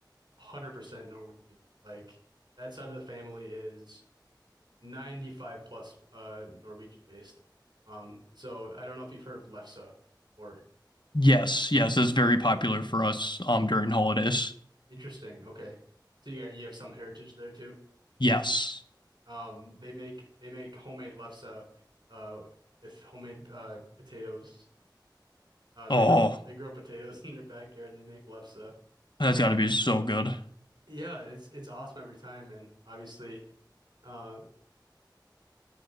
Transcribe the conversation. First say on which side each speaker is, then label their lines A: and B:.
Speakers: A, on the right; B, on the left.
A: 100% Norwegian. Like that side of the family is 95 plus uh Norwegian based. Um, so I don't know if you've heard of Lefse or
B: Yes, yes, that's very popular for us um during holidays.
A: interesting. Okay. So you got you have some heritage there too.
B: Yes.
A: Um, they make they make homemade lefse uh with homemade uh potatoes. Uh they
B: Oh,
A: grow they grow potatoes <laughs> in their backyard and they make lefse.
B: that's
A: Uh,
B: got to be so good.
A: yeah, and it's it's awesome every time and obviously um